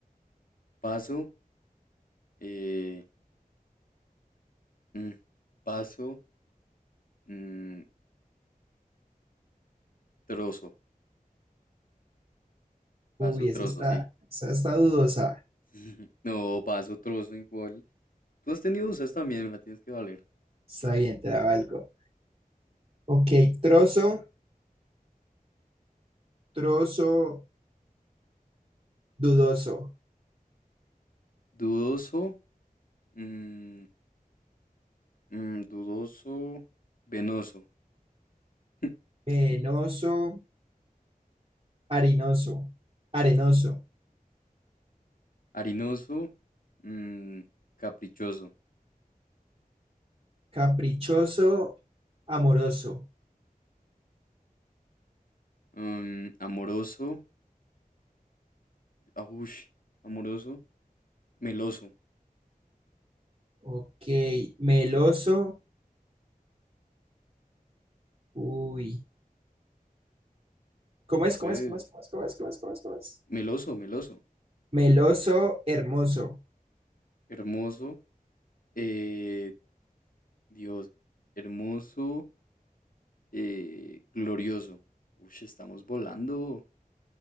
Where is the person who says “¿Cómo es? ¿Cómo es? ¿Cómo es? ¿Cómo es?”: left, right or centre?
Right